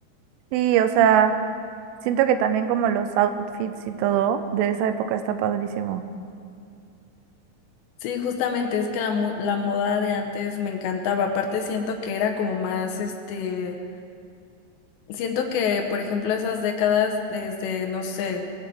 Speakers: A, on the right; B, on the left.
A: Sí, o sea, siento que también como los outfits y todo de esa época está padrísimo.
B: Sí, justamente es que la, mu- la moda de antes me encantaba. Aparte siento que era como más este Siento que, por ejemplo, esas décadas desde, no sé,